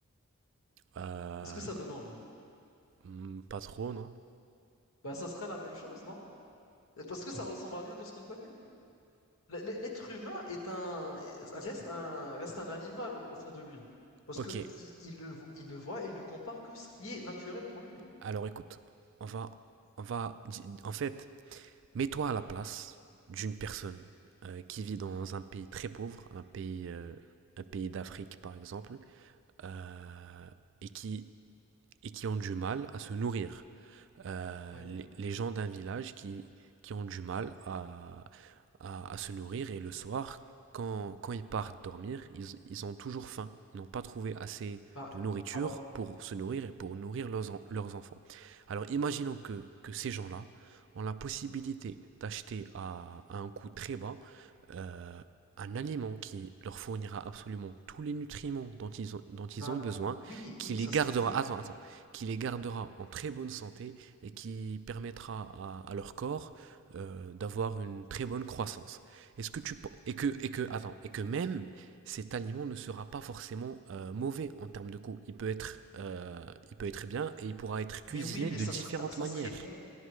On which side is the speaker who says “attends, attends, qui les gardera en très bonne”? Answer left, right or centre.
Right